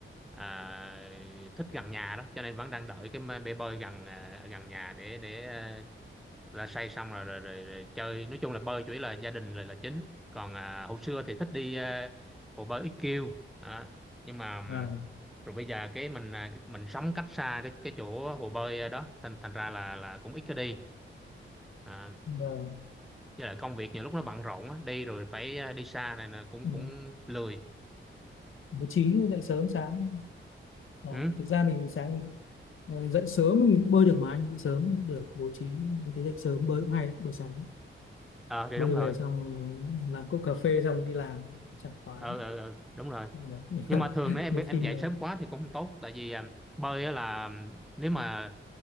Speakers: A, in the centre; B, on the left.
A: à, thích gần nhà đó cho nên vẫn đang đợi cái mê- bể bơi gần à, gần nhà để để à, là say xong rồi rồi, rồi rồi chơi nói chung là bơi chủ yếu là gia đình rồi là chính còn à, hồi xưa thì thích đi à, hồ bơi IQ đó. nhưng mà ừm,
B: à
A: rồi bây giờ cái mình à, cái- mình sống cách xa cái cái chỗ hồ bơi à, đó thành thành ra là là cũng ít có đi à,
B: vâng
A: với lại công việc nhiều lúc nó bận rộn á đi rồi phải à, đi xa này là cũng
B: Ừ.
A: cũng lười
B: bố trí dậy sớm sáng Ờ,
A: Ừ.
B: thực ra mình sáng ờ, dậy sớm mình bơi được mà anh dậy sớm cũng được bố trí mình thấy dậy sớm bơi cũng hay đấy, buổi sáng
A: Ờ thì
B: bơi
A: đúng rồi.
B: về xong làm cốc cà phê xong đi làm sảng khoái
A: Ờ ờ ờ, đúng rồi.
B: Đấy, nhưng
A: Nhưng
B: mà
A: mà thường
B: <laughs>
A: nếu em
B: nhiều
A: em
B: khi
A: dậy
B: mình
A: sớm quá thì cũng không tốt tại vì à, bơi á là ừm, nếu mà